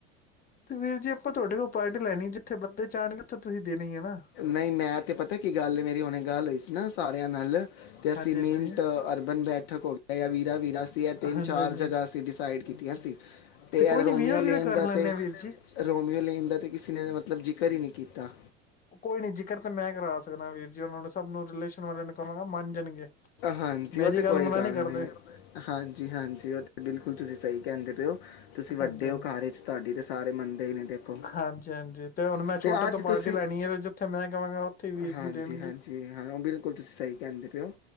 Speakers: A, on the left; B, on the left.
A: ਤੇ ਵੀਰ ਜੀ ਆਪਾਂ ਤੁਹਾਡੇ ਕੋਲ ਪਾਰੰਟੀ ਲੈਣੀ ਜਿੱਥੇ ਬੰਦੇ ਜਾਣਗੇ ਉੱਥੇ ਤੁਸੀਂ ਦੇਣੀ ਏ ਨਾ
B: ਨਹੀਂ ਮੈਂ ਤੇ ਪਤਾ ਕੀ ਗੱਲ ਮੇਰੀ ਹੁਣੇ ਗੱਲ ਹੋਈ ਸੀ ਨਾ ਸਾਰਿਆਂ ਨਾਲ ਤੇ ਅਸੀਂ
A: ਹਾਂਜੀ
B: ਮਿੰਟ
A: ਹਾਂਜੀ
B: ਅਰਬਨ ਬੈਠਕ ਹੋ ਗਿਆ ਜਾਂ ਵੀਰਾ-ਵੀਰਾ ਸੀ ਇਹ ਤਿੰਨ
A: ਹਾਂਜੀ
B: ਚਾਰ
A: ਹਾਂਜੀ
B: ਜਗ੍ਹਾ ਅਸੀਂ ਡਿਸਾਈਡ ਕੀਤੀਆਂ ਸੀ ਤੇ ਇਹ
A: ਕੋਈ ਨੀ
B: ਰੋਮੀਓ
A: ਵੀਰਾ ਵੀਰਾ
B: ਲੇਨ
A: ਕਰ
B: ਦਾ
A: ਲੈਂਦੇ
B: ਤੇ
A: ਆ ਵੀਰ ਜੀ
B: ਰੋਮੀਓ ਲੇਨ ਦਾ ਤੇ ਕਿਸੇ ਨੇ ਮਤਲਬ ਜ਼ਿਕਰ ਹੀ ਨਹੀਂ ਕੀਤਾ
A: ਕੋਈ ਨੀ ਜਿਕਰ ਤੇ ਮੈਂ ਕਰਵਾ ਸਕਦਾ ਵੀਰ ਜੀ ਉਹਨਾਂ ਨੇ ਸਭ ਨੂੰ ਰਿਲੇਸ਼ਨ ਮੈ ਉਨ੍ਹਾਂ ਨੂ ਕਹਵਾਂਗਾ ਮਣ ਜਾਣਗੇ
B: ਹਾਂਜੀ
A: ਮੇਰੀ
B: ਉਹ ਤੇ ਕੋਈ
A: ਮਨਾ
B: ਗੱਲ
A: ਕਰਦੇ
B: ਨਹੀਂ ਹਾਂਜੀ-ਹਾਂਜੀ ਉਹ ਤੇ ਬਿਲਕੁਲ ਫੁਲ ਤੁਸੀਂ ਸਹੀ ਕਹਿੰਦੇ ਪੇ ਹੋ ਤੁਸੀਂ ਵੱਡੇ
A: ਹਾਂਜੀ ਹਾਂਜੀ
B: ਹੋ ਘਾਰ ਚ ਤੁਹਾਡੀ ਤੇ ਸਾਰੇ ਮੰਨਦੇ ਹੀ ਨੇ ਦੇਖੋ
A: ਹਾਂਜੀ ਹਾਂਜੀ ਹੁਣ ਮੈਂ
B: ਤੇ
A: ਛੋਟੇ
B: ਅੱਜ
A: ਤੋਂ ਪਾਰਟੀ
B: ਤੁਸੀਂ
A: ਲੈਣੀ ਹੈ ਤੇ ਜਿੱਥੇ ਮੈਂ ਕਹਾਂਗਾ ਉੱਥੇ ਵੀਰ
B: ਹਾਂਜੀ-ਹਾਂਜੀ
A: ਜੀ ਦੇਣਗੇ
B: ਹਾਂ ਉਹ ਬਿਲਕੁਲ ਤੁਸੀਂ ਸਹੀ ਕਹਿੰਦੇ ਪ ਹੋ